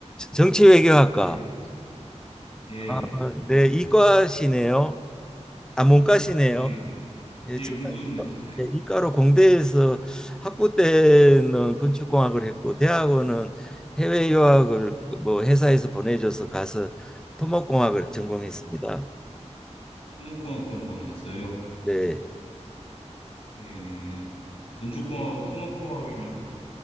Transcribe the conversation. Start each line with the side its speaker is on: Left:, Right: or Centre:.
Centre: 정치외교학과.
Left: 예, 예,
Centre: 아, 네, 이과시네요. 아, 문과시네요.
Left: 예,
Centre: 예,
Left: 예,
Centre: 저는
Left: 문과입니다.
Centre: 이과-
Left: 네.
Centre: 예, 이과로 공대에서 학부 때는 건축공학을 했고, 대학원은 해외 유학을 뭐 회사에서 보내줘서 가서 토목공학을 전공했습니다.
Left: 음, 토목공학 전공하셨어요.
Centre: 네,
Left: 예, 건축공학하고 토목공학이면